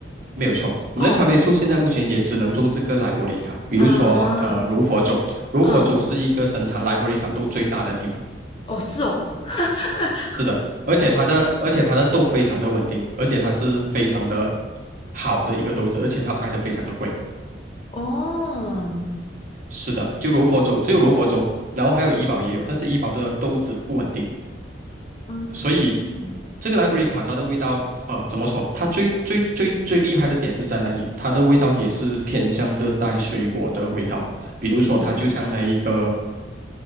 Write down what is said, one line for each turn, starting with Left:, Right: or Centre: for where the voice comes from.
Right: 没有错。我们的咖啡树现在目前也只能种这个莱伯里卡，
Left: 哦，
Right: 比如说呃柔佛州，
Left: 嗯
Right: 柔佛州是一个生产莱伯里卡豆最大的地方。
Left: 嗯，哦是哦，<laughs>
Right: 是的，而且它的而且它的豆非常的稳定，而且它是非常的好的一个豆子，而且它卖的非常的贵。
Left: 哦，
Right: 是的，就柔佛州只有柔佛州，然后还有怡宝也有，但是怡宝的豆子不稳定，
Left: 嗯
Right: 所以这个莱布里卡它的味道，呃，怎么说？它最最最最厉害的点是在哪里？它的味道也是偏向热带水果的味道，比如说它就像那一个
Left: 嗯，